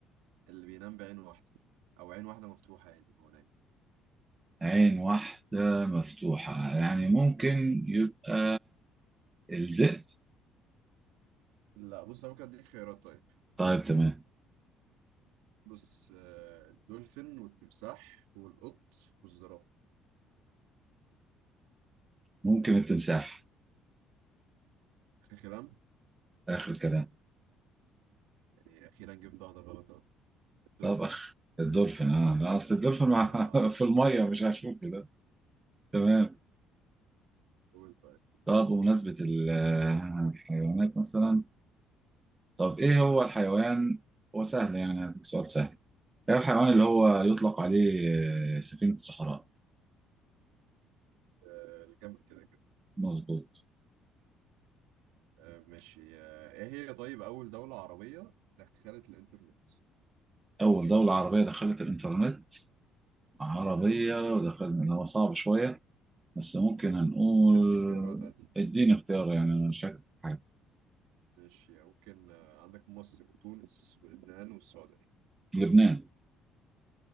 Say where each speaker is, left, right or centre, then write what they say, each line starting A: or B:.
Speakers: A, on the right (about 75°); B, on the right (about 25°).
A: اللي بينام بعين واحدة او عين واحدة مفتوحة يعني هو نايم
B: عين واحدة مفتوحة يعني
A: مم.
B: ممكن يبقى الذئب
A: لا بص انا ممكن اديك خيارات طيب
B: طيب تمام
A: بص آه، الدولفين والتمساح والقط والزرافة
B: ممكن التمساح
A: اخر كلام
B: اخر كلام
A: يعني اخيرا جبت واحدة غلط اهو الدولفين
B: طب اخ الدولفين اه لا اصل الدولفين مع...
A: اه
B: <laughs> في المية مش هشوف كده تمام
A: قول طيب
B: طب بمناسبة ال- آه، الحيوانات مثلا طب ايه هو الحيوان هو سهل يعني هديك سؤال سهل ده الحيوان اللي هو يطلق عليه آه، سفينة الصحراء
A: آه، الجنب كده كده
B: مظبوط
A: آه، ماشي آه، ايه هي طيب اول دولة عربية دخلت الانترنت
B: أول دولة عربية دخلت الإنترنت عربية
A: مم، بالظبط
B: ودخلنا اللي هو صعب شوية بس ممكن هنقول
A: ممكن اديك خيارات عادي
B: اديني اختيار يعني أنا مش فاكر حاجة
A: ماشي ممكن آه، عندك مصر وتونس ولبنان والسعودية
B: لبنان